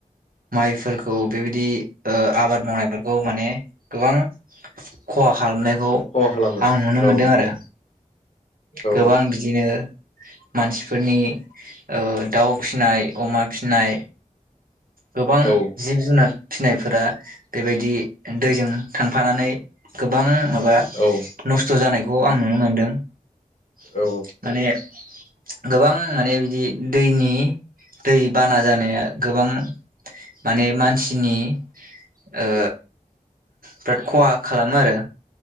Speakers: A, on the right; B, on the left.
A: माइफोरखौ बेबायदि ओ आबाद मावनायफोरखौ माने गोबां खहा खालामनाय खौ
B: खहा खालामो
A: आं नुनो
B: औ
A: मोन्दों आरो।
B: औ
A: गोबां बिदिनो ओ मानसिफोरनि ओ दाउ फिनाय अमा फिनाय गोबां
B: औ
A: जिब जुनार फिनायफोरा बेबायदि दैजों थांफानानै गोबां माबा
B: औ
A: नस्थ' जानाय खौ आं नुनो मोनदों। माने
B: औ
A: गोबां माने बिदि दैनि दै बाना जानाया गोबां माने मानसिनि ओ बिराद खहा खालामो आरो।